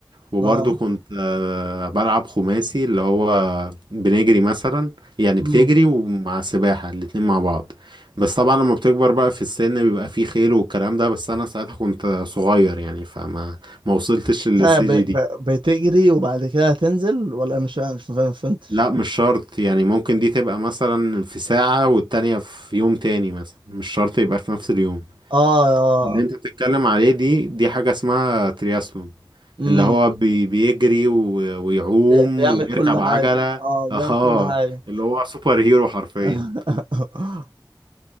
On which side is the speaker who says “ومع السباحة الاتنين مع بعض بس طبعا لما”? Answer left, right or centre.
Right